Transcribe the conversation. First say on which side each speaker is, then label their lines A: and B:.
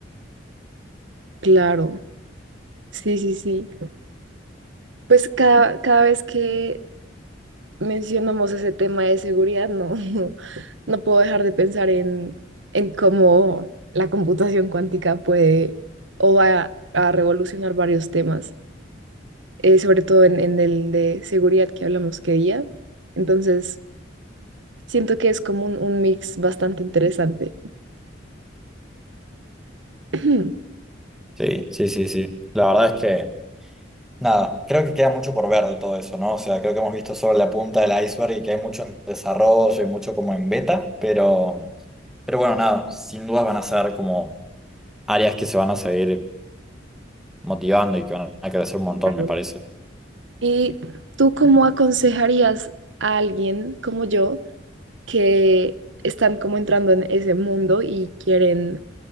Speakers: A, on the right; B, in the centre.
A: claro, sí, sí, sí. Pues cada, cada vez que mencionamos ese tema de seguridad, no, <laughs> no puedo dejar de pensar en, en cómo la computación cuántica puede o va a revolucionar varios temas, eh, sobre todo en, en el de seguridad que hablamos que día. Entonces, siento que es como un, un mix bastante interesante. <clears throat>
B: Sí, sí, sí, sí. La verdad es que Nada, creo que queda mucho por ver de todo eso, ¿no? O sea, creo que hemos visto solo la punta del iceberg y que hay mucho en desarrollo y mucho como en beta, pero, pero bueno, nada, sin dudas van a ser como áreas que se van a seguir motivando y que van a crecer un montón,
A: Claro.
B: me parece.
A: ¿Y tú cómo aconsejarías a alguien como yo que están como entrando en ese mundo y quieren